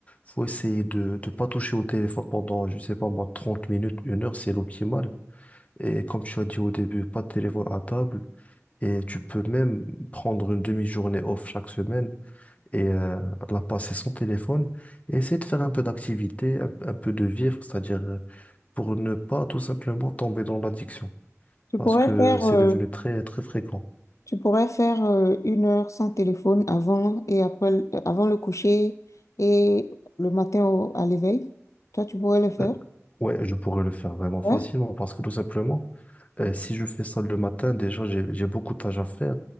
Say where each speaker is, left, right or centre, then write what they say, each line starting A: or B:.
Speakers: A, on the left; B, on the left.
A: Il faut essayer de ne pas toucher au téléphone pendant, je sais pas moi, 30 minutes, une heure, c'est l'optimal. Et comme tu as dit au début, pas de téléphone à table. Et tu peux même prendre une demi-journée off chaque semaine et euh, la passer sans téléphone. Et essayer de faire un peu d'activité, un, un peu de vivre, c'est-à-dire euh, pour ne pas tout simplement tomber dans l'addiction.
B: Tu
A: parce
B: pourrais
A: que
B: faire,
A: c'est
B: euh,
A: devenu très très fréquent.
B: tu pourrais faire euh, une heure sans téléphone avant et après, le- euh, avant le coucher et le matin au- à l'éveil. Toi, tu pourrais le faire.
A: Euh, ouais, je pourrais le faire vraiment
B: Ouais.
A: facilement parce que tout simplement, euh, si je fais ça le matin, déjà j'ai j'ai beaucoup de tâches à faire.